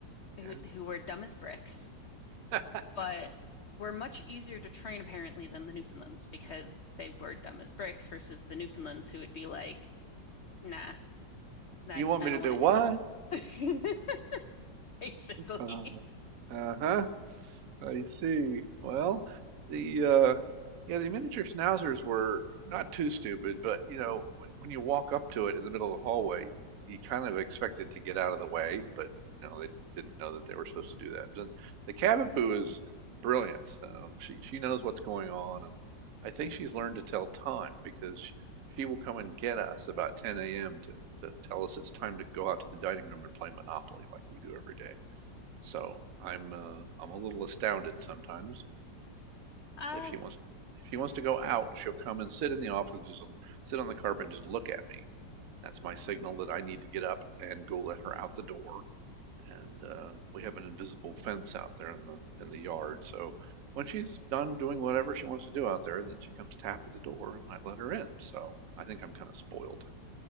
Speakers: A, on the left; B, on the right.
A: who
B: yeah.
A: who were dumb as bricks,
B: <laughs>
A: but were much easier to train apparently than the Newfoundlands because they were dumb as bricks versus the Newfoundlands who would be like, nah, that
B: You want
A: I
B: me
A: don't
B: to
A: want
B: do
A: to
B: what?
A: do that. <laughs> Basically.
B: Uh, uh-huh. I see. Well, the uh, yeah, the miniature schnauzers were not too stupid, but you know, w- when you walk up to it in the middle of the hallway, you kind of expect it to get out of the way, but you know, they didn't know that they were supposed to do that. Then the Cavapoo is brilliant. Um, she she knows what's going on, and I think she's learned to tell time because sh- she will come and get us about 10 a.m. to to tell us it's time to go out to the dining room and play Monopoly like we do every day. So I'm uh, I'm a little astounded sometimes.
A: Uh,
B: If she wants if she wants to go out, she'll come and sit in the office, just sit on the carpet and just look at me. That's my signal that I need to get up and go let her out the door. And uh, we have an invisible fence out there in the in the yard. So when she's done doing whatever she wants to do out there, then she comes tap at the door and I let her in. So I think I'm kind of spoiled.